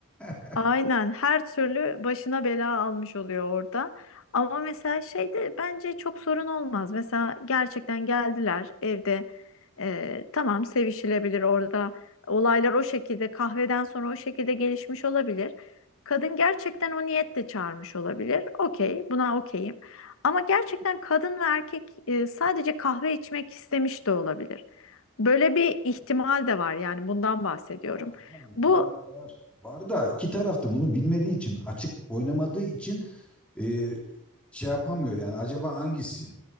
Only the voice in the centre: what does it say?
<laughs>
Var canım ihtimal
var. Var da iki tarafta bunu bilmediği için açık oynamadığı için e, şey yapamıyor yani acaba hangisi